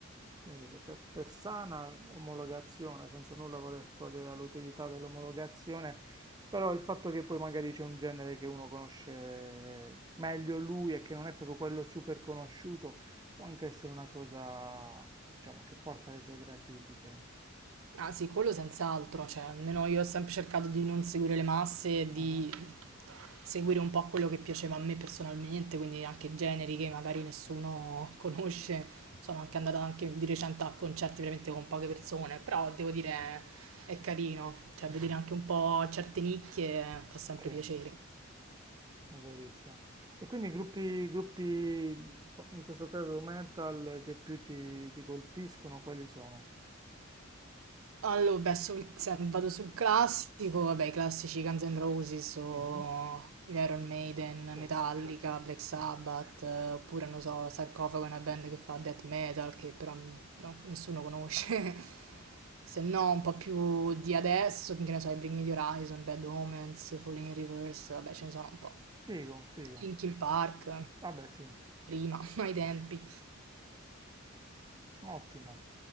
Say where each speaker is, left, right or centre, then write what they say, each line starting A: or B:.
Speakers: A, on the right; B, on the right.
A: come dire, per, per sana omologazione, senza nulla voler togliere l'utilità dell'omologazione, però il fatto che poi magari c'è un genere che uno conosce meglio lui e che non è proprio quello super conosciuto. Può anche essere una cosa, diciamo, che porta le sue gratifiche.
B: Ah sì, quello senz'altro, cioè almeno io ho sempre cercato di non seguire le masse, e
A: Mhm.
B: di seguire un po' quello che piaceva a me personalmente, quindi anche generi che magari nessuno <laughs> conosce. Sono anche andata anche di recente a concerti veramente con poche persone, però devo dire è carino, cioè vedere anche un po' certe nicchie fa sempre
A: Sì, è
B: piacere.
A: verissimo. E quindi gruppi, gruppi, mh, fo- in questo caso metal, che più ti, ti colpiscono, quali sono?
B: Allora, beh, sul- se vado sul classico, vabbè, i classici Guns N' Roses o
A: Mhm,
B: gli Iron Maiden,
A: Certo,
B: Metallica, Black Sabbath,
A: sì.
B: eh, oppure, non so, Sarcofago è una band che fa death metal, che però mm, no, nessuno conosce. <laughs> Se no, un po' più di adesso, che ne so, i Bring Me the Horizon, Bad Omens, Falling in Reverse, vabbè, ce ne sono un po'.
A: Figo, figo.
B: Linkin Park,
A: Vabbè, sì,
B: prima, <laughs> ai tempi.
A: ottimo.